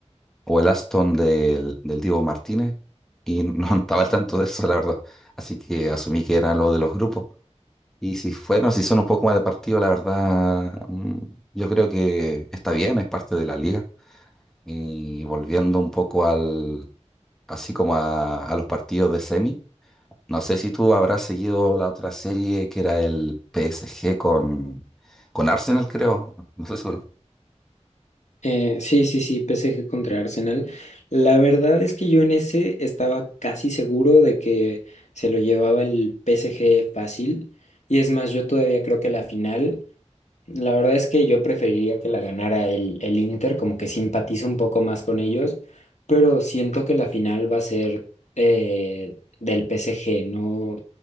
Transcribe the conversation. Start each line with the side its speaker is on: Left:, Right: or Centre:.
Centre: o el Aston del, del Divo Martínez, y no <laughs> estaba al tanto de eso, la verdad. Así que asumí que era lo de los grupos. Y si fueron, si son un poco más de partido, la verdad, mm, yo creo que está bien, es parte de la liga. Y volviendo un poco al así como a, a los partidos de semi. No sé si tú habrás seguido la otra serie que era el PSG con, con Arsenal, creo. No no estoy seguro.
Left: Eh, sí, sí, sí, PSG contra Arsenal. La verdad es que yo en ese estaba casi seguro de que se lo llevaba el PSG fácil. Y es más, yo todavía creo que la final. La verdad es que yo preferiría que la ganara el, el Inter, como que simpatizo un poco más con ellos, pero siento que la final va a ser eh, del PSG, no,